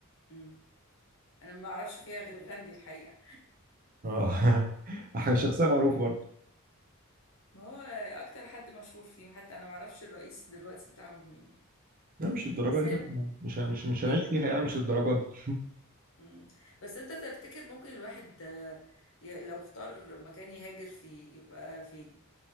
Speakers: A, on the left; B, on the right.
A: امم انا ما اعرفش فيها غير غاندي الحقيقة
B: اه <laughs>
A: <laughs>
B: حاجة شخصيه معروفه برضه
A: ما هو آه، اكتر حد مشهور فيهم حتى انا ما اعرفش الرئيس دلوقتي بتاعهم مين
B: لا مش الدرجه
A: بس هي
B: دي بقى مش مش مش هنعيش
A: ايه
B: فيها يعني مش الدرجه دي
A: امم بس انت تفتكر ممكن الواحد آه، ي- لو اختار مكان يهاجر فيه يبقى فين